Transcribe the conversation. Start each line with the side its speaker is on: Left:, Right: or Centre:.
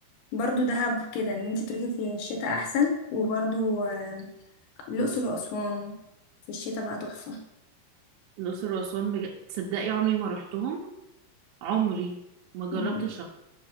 Left: برضو دهب كده ان انت تروحي في الشتاء احسن وبرضو آه، الاقصر واسوان في الشتاء بقى تحفه
Right: الأقصر وأسوان بجد تصدقي عمري ما رحتهم عمري ما جربتش
Left: مهم.
Right: أروح.